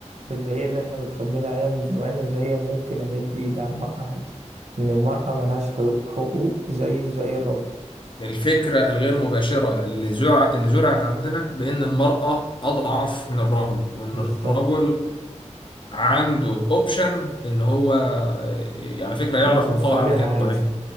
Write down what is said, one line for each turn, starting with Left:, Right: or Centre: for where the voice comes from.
Right: اللي هي اللي احنا متربيين عليها من زمان اللي هي ممكن أمد إيد على المرأة عادي إن المرأة ملهاش حقوق حقوق زيه زي الراجل
Left: الفكره الغير مباشره اللي زرع اللي زرعت عندنا بان المراه اضعف من الرجل وان
Right: بالظبط
Left: الرجل عنده اوبشن ان هو آه، على فكره يعرف
Right: يدوس
Left: يتطاول
Right: عليها
Left: على الكائن
Right: عادي
Left: الضعيف ده